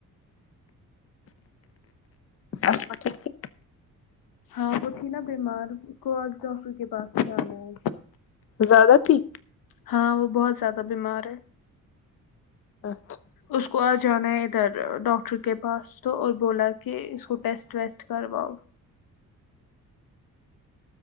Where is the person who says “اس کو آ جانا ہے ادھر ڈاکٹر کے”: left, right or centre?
Left